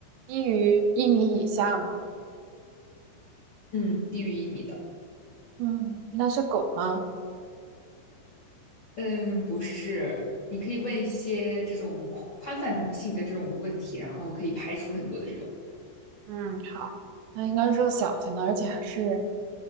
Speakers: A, on the right; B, on the left.
A: 低于一米以下吗？
B: 嗯，低于一米的。
A: 嗯，那是狗吗？
B: 嗯，不是，你可以问一些这种宽宽泛性的这种问题，然后可以排除很多的这种。
A: 嗯，好，它应该是个小型的，而且还是